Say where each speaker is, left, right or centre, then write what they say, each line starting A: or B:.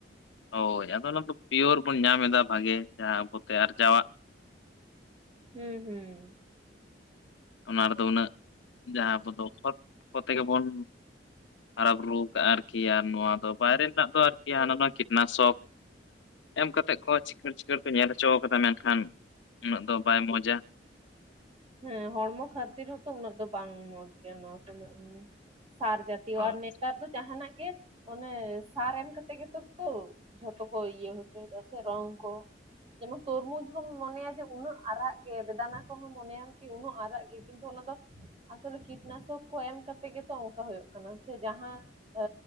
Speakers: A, on the left; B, on the right.
A: ᱦᱳᱭ ᱟᱫᱚ ᱚᱱᱟ ᱫᱚ ᱯᱤᱭᱳᱨ ᱵᱚᱱ ᱧᱟᱢ ᱮᱫᱟ ᱵᱷᱟᱜᱮ ᱡᱟᱦᱟᱸ ᱟᱵᱚᱛᱮ ᱟᱨᱡᱟᱣᱟᱜ,
B: ᱦᱩᱸ ᱦᱩᱸ,
A: ᱚᱱᱟ ᱨᱮᱫᱚ ᱩᱱᱟᱹᱜ ᱡᱟᱦᱟᱸ ᱟᱵᱚ ᱫᱚ ᱠᱷᱚᱛ ᱠᱚᱛᱮ ᱜᱮᱵᱚᱱ ᱦᱟᱨᱟ ᱵᱩᱨᱩ ᱠᱟᱜᱼᱟ ᱟᱨᱠᱤ ᱱᱤᱭᱟ ᱫᱚ ᱵᱟᱭᱨᱮ ᱨᱮᱱᱟᱜ ᱫᱚ ᱟᱨᱠᱤ ᱦᱟᱱᱟ ᱱᱚᱣᱟ ᱠᱤᱴᱱᱟᱥᱚᱠ ᱮᱢ ᱠᱟ ᱛᱮᱜ ᱠᱚ ᱪᱤᱠᱟᱹᱲ ᱪᱤᱠᱟᱹᱲ ᱠᱚ ᱧᱮᱞ ᱦᱚᱪᱚ ᱟᱠᱟᱫᱟ ᱢᱮᱱᱠᱷᱟᱱ ᱩᱱᱟᱹᱜ ᱫᱚ ᱵᱟᱭ ᱢᱚᱸᱡᱟ,
B: ᱦᱮᱸ ᱦᱚᱲᱢᱚ ᱠᱷᱟᱹᱛᱤᱨ ᱦᱚᱸᱛᱚ ᱩᱱᱟᱹᱜ ᱫᱚ ᱵᱟᱝ ᱢᱚᱸᱡᱽ ᱜᱮᱭᱟ ᱱᱚᱣᱟ ᱠᱚᱜ ᱥᱟᱨ ᱡᱟ ᱡᱟᱛᱤᱭᱚ,
A: ᱦᱳᱭ
B: ᱟᱨ ᱱᱮᱛᱟᱨ ᱫᱚ ᱡᱟᱦᱱᱟᱜ ᱜᱮ ᱚᱱᱮ ᱥᱟᱨ ᱮᱢ ᱠᱟᱛᱮ ᱜᱮᱛᱚ ᱠᱚ ᱡᱷᱚᱛᱚ ᱠᱚ ᱤᱭᱟᱹ ᱦᱚᱪᱚ ᱫᱟ ᱥᱮ ᱨᱚᱝ ᱠᱚ᱾ ᱡᱮᱢᱚᱱ ᱛᱚᱨᱢᱩᱡᱽ ᱦᱚᱢ ᱢᱚᱱᱮᱭᱟ ᱡᱮ ᱩᱱᱟᱹᱜ ᱟᱨᱟᱜ ᱜᱮ, ᱵᱮᱫᱟᱱᱟ ᱠᱚᱦᱚᱸ ᱢᱚᱱᱮᱭᱟᱢ ᱠᱤ ᱩᱱᱟᱹᱜ ᱟᱨᱟᱜ ᱜᱮ ᱠᱤᱱᱛᱩ ᱚᱱᱟ ᱫᱚ ᱟᱥᱚᱞᱮ ᱠᱤᱴᱱᱟᱥᱚᱠ ᱠᱚ ᱮᱢ ᱠᱟᱛᱮ ᱜᱮᱛᱚ ᱚᱱᱠᱟ ᱦᱳᱭᱳᱜ ᱠᱟᱱᱟ᱾ ᱥᱮ ᱡᱟᱦᱟᱸ ᱟᱹ